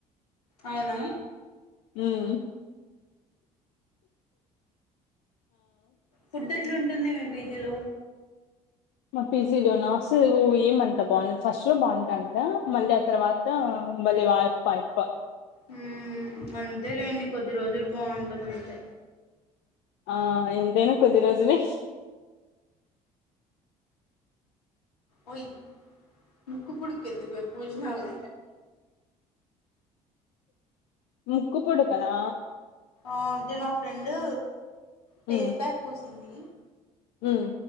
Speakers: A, on the left (about 85°); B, on the left (about 65°).
A: అవునా
B: ఉహుమ్
A: ఫుడ్ ఎట్లా ఉంటుంది మీ పీజీలో
B: మా పిజిలో నా అసలు ఏమంతా బాఉండద్ ఫస్ట్ లో బాటంటా మళ్ళీ ఆ తర్వాత బళ్ళే వాయి పయి ప <unintelligible>
A: ఉమ్మ్ అంతే లేండి కొద్ది రోజులు బాఉంటుంది అంతే
B: ఆ ఎంతైనా కొద్ది రోజులే
A: ఓయ్ ముక్కు పూడుకు ఎందుకె పూజినావు
B: ముక్కు పుడకనా
A: అంటే నా ఫ్రెండు ఫేస్
B: ఉమ్
A: ప్యాక్ పూసింది
B: ఉమ్